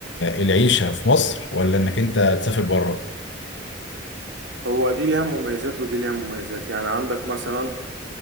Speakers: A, on the left; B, on the right.
A: العيشه في مصر ولا انك انت تسافر بره
B: هو دي ليها مميزات ودي ليها مميزات يعني عندك مثلا